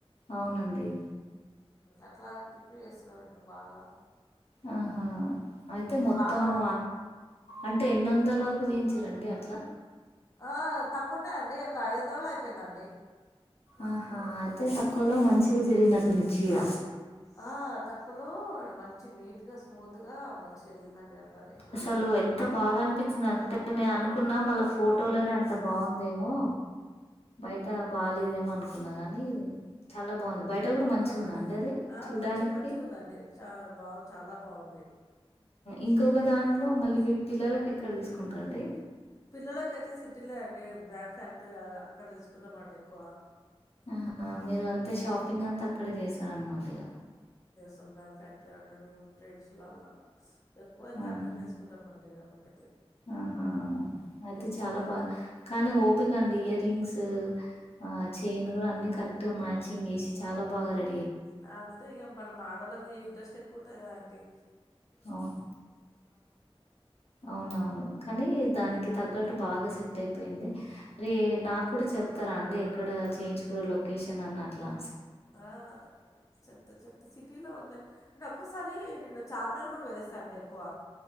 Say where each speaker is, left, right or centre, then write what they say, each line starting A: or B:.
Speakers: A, on the left; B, on the left.
A: అవునండి
B: అట్లా అని చెప్పి ఎస్తున్నారండి బాగా
A: ఆహా అయితే మొత్తము
B: బాగా ఉమ్,
A: అంటే ఎన్ని వందల వరకు జేయించిరండి అట్లా
B: ఆ తక్కువనే అండి ఒక ఐదు వందల్లోనే అయిపోయిందండి
A: ఆహా అయితే తక్కువలో మంచిగా జరిగినట్టుంది చీర
B: ఆ తక్కువలో మంచి నీట్గా స్మూత్ గా మంచి జరిగిందండి అట్లనే
A: అసలు ఎంత బాగా అనిపించింది అంటే నేను అనుకున్నా మళ్ళ ఫోటోలోనే అంత బాగుందేమో బయట బాలేదేమో అనుకున్నా గాని చాలా బాగుంది బయట కూడా మంచిగుందా
B: ఆ
A: అండి అది
B: ఆ
A: చూడ్డానికి
B: మంచి మంచిగుందండి చ బా చాలా బావుంది
A: ఇంకొక దాంట్లో మళ్ళీ మీ పిల్లలకి ఎక్కడ తీసుకుంటారండి
B: పిల్లలకైతే సిటీలే అండి బ్రాండ్ ఫ్యాక్టరీ అక్కడ తీసుకుంటామండి ఎక్కువ
A: ఆహా మీరు అంతా
B: మ్మ్
A: షాపింగ్ అంతా అక్కడే చేస్తార అన్నమాట ఇగ
B: సొబ్రాన్ ఫ్యాక్టరీ అంటాడు ట్రేడ్ర్స్లలా ఎక్కువ అయితే
A: ఆహా
B: అక్కనే ఎసుకుంటామండి ఇగ మేము
A: ఆహా అయితే
B: చిన్న
A: చాలా బాగా కానీ
B: ఉమ్
A: ఓపిక అండి ఇయరింగ్స్ ఆ చైన్ కూడా అన్ని కరెక్ట్ గా మ్యాచింగ్ వేసి చాలా బాగా ర
B: అంతే ఇగ మనం ఆడోళ్ళకి ఇంట్రెస్ట్ ఎక్కువ ఉంటది కద అండి
A: అవును అవునవును కానీ దానికి తగ్గట్టు బాగా సెట్ అయిపోయింది మరి
B: ఉమ్,
A: నాకు కూడా చెప్తారా అండి ఎక్కడ చేయించుకు లొకే షన్ అన్నట్లా
B: ఆ చెప్తా చెప్తా సిటీలో ఉంది రకుస్ సారి నేను చార్మినార్ కూడా ఓయిస్తానండి ఎక్కువ